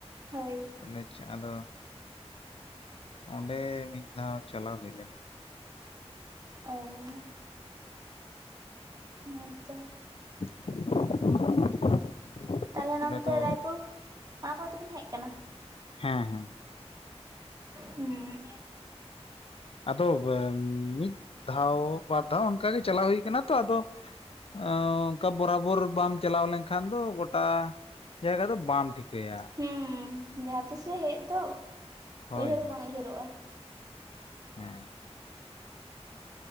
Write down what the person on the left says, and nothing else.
ᱠᱚᱞᱮᱡᱽ ᱪᱟᱜ ᱟᱫᱚ ᱚᱸᱰᱮ ᱢᱤᱫ ᱫᱷᱟᱣ ᱪᱟᱞᱟᱣ ᱦᱩᱭᱞᱮᱱᱟ
<unintelligible>
ᱚᱸᱰᱮ ᱫᱚ
ᱦᱮᱸ ᱦᱮᱸ
ᱟᱫᱚ ᱢᱤᱫ ᱫᱷᱟᱣ ᱵᱟᱨ ᱫᱷᱟᱣ ᱚᱱᱠᱟᱜᱮ ᱪᱟᱞᱟᱣ ᱦᱩᱭ ᱠᱟᱱᱟ ᱛᱚ ᱟᱫᱚ ᱮᱸ ᱚᱱᱠᱟ ᱵᱚᱨᱟᱵᱚᱨ ᱵᱟᱢ ᱪᱟᱞᱟᱣ ᱞᱮᱱ ᱠᱷᱟᱱ ᱫᱚ ᱜᱚᱴᱟ ᱡᱟᱭᱜᱟ ᱫᱚ ᱵᱟᱢ ᱴᱷᱤᱠᱟᱹᱭᱟ
ᱦᱳᱭ
ᱦᱳᱭ
ᱦᱮᱸ